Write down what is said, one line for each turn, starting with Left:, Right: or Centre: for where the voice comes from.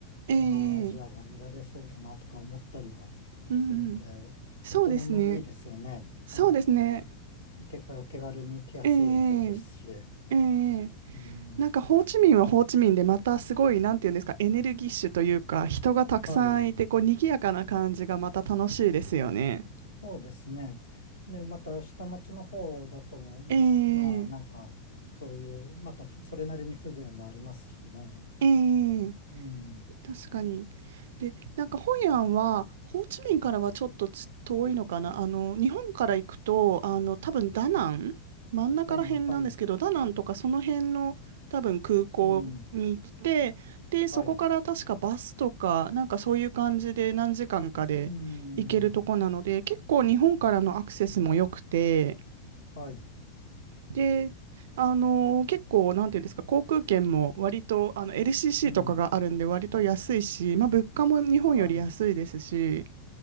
Right: ええええ
Left: 東南アジアが見られそうだなとか思ったりはするんで、
Right: うんうん。そうですね。
Left: ベトナムいいですよね。
Right: そうですね。
Left: あのー、てか手軽に行きやすい方ですし。
Right: ええええええ
Left: うん。
Right: なんかホーチミンはホーチミンでまたすごい、なんていうんですか、エネルギッシュというか、人がたくさんいて、
Left: はい。
Right: こう、賑やかな感じがまた楽しいですよね。
Left: そうですね。で、また下町の方だと、うんまあなんか、
Right: ええ
Left: そういう、またふそれなりに風情もありますしね。
Right: ええええ
Left: うん。
Right: 確かに。で、なんかホイアンは、ホーチミンからはちょっとつ遠いのかな。あの、日本から行くと、あの、多分ダナン、真ん中ら辺なんですけど、
Left: だな、はい。
Right: ダナンとかその辺の多分空港に来て、
Left: うん。
Right: で、そこから確かバスとか、
Left: はい。
Right: なんかそういう感じで何時間かで行けるとこなので、
Left: うん。
Right: 結構日本からのアクセスも良くて、
Left: はい。
Right: で、あのー結構、なんていうんですか、航空券も割とあの LCC
Left: うん。
Right: とかがあるんで、割と安いし、まあ、物価も日本より安いですし、
Left: はい。